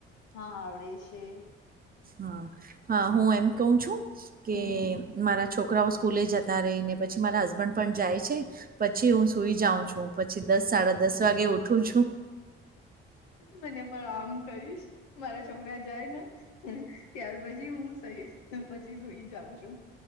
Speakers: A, on the left; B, on the right.
A: હા આવડે છે.
B: હા હા હું એમ કવ છું કે
A: હમ
B: મારા છોક રાઓ સ્કૂલે જતા રહી ને પછી મારા હસબન્ડ પણ જાય છે પછી હું સુઈ જાઉં છું. પછી દસ સાડા દસ વાગે ઉઠું છું.
A: મને પણ આમ કરીશ. મારા છોકરા જાય ને ત્યાર પછી હું સઈસ પછી હું સુઈ જાઉં છું.